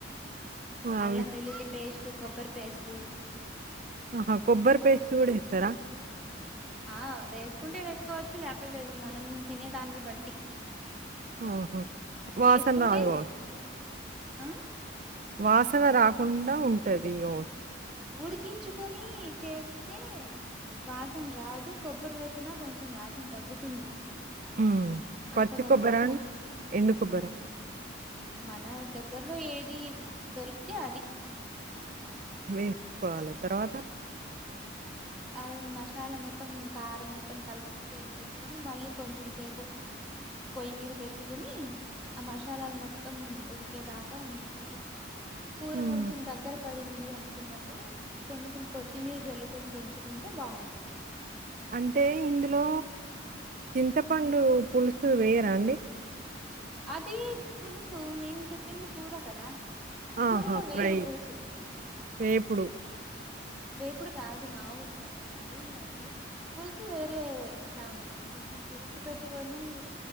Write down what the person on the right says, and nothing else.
అవి
ఆహా కొబ్బరి పేస్ట్ గుడ ఏత్తరా
ఆహ వాసన్
రాదు గావచ్
వాసన రాకుండా ఉంటది ఓ
హ్మ్. పచ్చి
కొబ్బరా
అండి?
ఎండు కొబ్బరా?
వేసుకోవాలె తర్వాత
హ్మ్.
అంటే ఇందులో చింతపండు పులుసు వేయరా అండి
ఆహా
ఫ్రై
వేపుడు